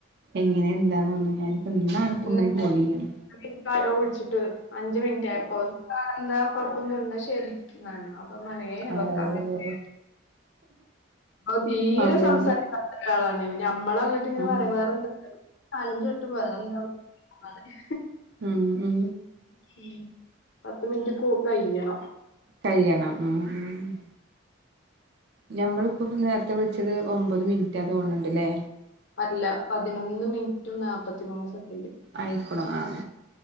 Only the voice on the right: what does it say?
ഇങ്ങനെ എന്താ ഒന്നു ഞാന് ഇന്നാണിപ്പോ
ഇങ്ങനെ കോള് ചെയ്യണേ.
ആഹ്
അതന്നെ
ആഹ്
മ് മ്മ്.
കയ്യണം മ് മ്മ്. ഞമ്മള് ഇപ്പോ നേരത്തെ വിളിച്ചത് ഒമ്പത് മിനിറ്റാ തോന്നണ് ഉണ്ടല്ലേ.
ആയിക്ക്ണോ ആ.